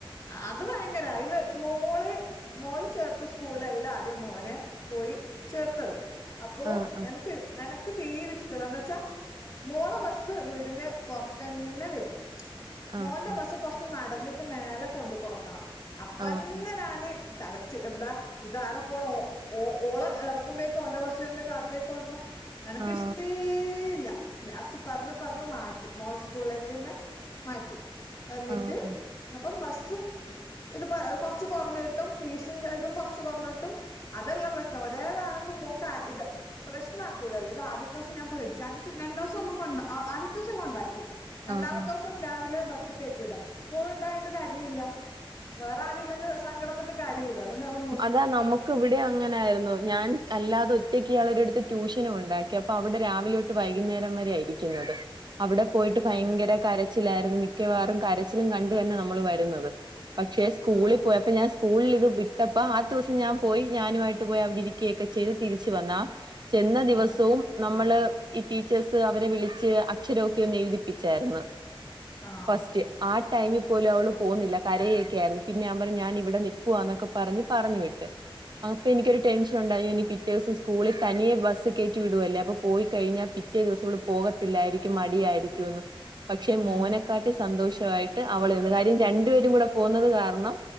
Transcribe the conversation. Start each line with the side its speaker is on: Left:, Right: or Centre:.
Left: അത് ഭയങ്കര ഇവ മോള് മോള് ചേർത്ത സ്കൂള അല്ലാ ആദ്യം മോനെ പോയി ചേർത്തത്. അപ്പോ
Right: ആഹ്
Left: എനക്ക് എനക്ക് തീരെ ഇഷ് ഇഷടല്ല എന്ന് വെച്ചാ മോളെ ബസ് വീടിന്റെ പൊറത്ത് തന്നെ വരും.
Right: ആഹ്
Left: മോന്റെ
Right: ആഹ്
Left: ബസ്സ് കൊറച്ച് നടന്നിട്ട് മേലെ കൊണ്ട് കൊട്ക്കണം അപ്പന്നെ
Right: ആഹ്
Left: ഞാന് ചടച്ച് എന്താ ഇതാട പോണം ഓ ഓ ഓളെ എറക്കുമ്പോക്ക് ഓന്റെ ബസ്സ് വരുമ്പോഴ്ക്ക് അടുത്തേക്ക് ഓടണം എനക്ക്
Right: ആഹ്
Left: ഇഷ്ടേല്ല ലാസ്റ്റ് പറഞ്ഞ് പറഞ്ഞ് മാറ്റി മോൾ സ്കൂളിലേക്ക് തന്നെ മാറ്റി എന്നിട്ട്
Right: ആഹ് ആഹ് ആഹ്
Left: അപ്പം ബസ്സും ഇത്പ്പൊ കൊറച്ച് കൊറഞ്ഞ് കിട്ടും ഫീസും ഇതും കുറച്ച് കുറഞ്ഞ് കിട്ടും അതല്ല പ്രശ്നം ഒരേതാണെങ്കിൽ മോ കാര ഇത് പ്രശ്നാക്കൂലല്ലോ ഇത് ആദ്യ ദിവസം ഞാൻ പേടിച്ചു ആദ്യം രണ്ടു ദിവസം നമ്മകൊണ്ടാ ആദ്യത്ത ദിവസം കൊണ്ടാക്കി രണ്ടാമത്തെ
Right: ആഹ്
Left: ദിവസം രാവിലെ ബസ് കയറ്റിവിടാ മോള് ഇണ്ടായോണ്ട് കരഞ്ഞില്ല വേറെ ആരും ഇല്ലെങ്കിൽ സങ്കടപ്പെട്ട് കരയൂല്ലെ അതോണ്ട് ഞാൻ പറഞ്ഞു
Right: ഇതാ നമുക്ക് ഇവിടെ അങ്ങനെയായിരുന്നു ഞാൻ അല്ലാതെ ഒറ്റയ്ക്ക് ഇയാളെ ഒരുടുത്ത് ട്യൂഷന് കൊണ്ടാക്കി അപ്പൊ അവിടെ രാവിലെ വൈകുന്നേരം വരെ ഇരിക്കുന്നത്. അവിടെ പോയിട്ട് ഭയങ്കര കരച്ചിലായിരുന്നു മിക്കവാറും കരച്ചിലും കണ്ടു തന്നെ നമ്മൾ വരുന്നത്. പക്ഷെ സ്കൂളിൽ
Left: ആഹ്
Right: പോയപ്പോ ഞാൻ സ്കൂളിൽ ഇത് വിട്ടപ്പ ആദ്യത്തെ ദിവസം ഞാൻ പോയി ഞാനുമായിട്ട് പോയി അവിടെ ഇരിക്കുകയൊക്കെ ചെയ്ത് തിരിച്ചു വന്നാ ചെന്ന ദിവസവും
Left: ഉം
Right: നമ്മള് ഈ ടീച്ചേഴ്സ് അവരെ വിളിച്ച് അക്ഷരമൊക്കെ ഒന്ന് എഴുതിപ്പിച്ചായിരുന്നു.
Left: ആഹ്
Right: ഫസ്റ്റ് ആ ടൈമിൽ പോലും അവള് പോകുന്നില്ല കരയൊക്കെ ആയിരുന്നു. പിന്നെ നാപറന്നു ഞാൻ ഇവിടെ നിൽക്കുവാന്നൊക്കെ പറഞ്ഞ് പറഞ്ഞ് വിട്ട് അപ്പൊ എനിക്കൊരു ടെൻഷൻ ഉണ്ടായി ഇനി പിറ്റേ ദിവസം സ്കൂളിൽ തനിയെ ബസ് കേറ്റി വിടുവല്ലെ അപ്പോ പോയി കഴിഞ്ഞാ പി പിറ്റേ ദിവസം ഇവള് പോകത്തില്ലായിരിക്കും മടിയായിരിക്കുംഎന്ന് പക്ഷെ മോനക്കാട്ടി
Left: ഉം
Right: സന്തോഷമായിട്ട് അവളന്ന് കാര്യം രണ്ടുപേരും കൂടെ പോകുന്നത് കാരണം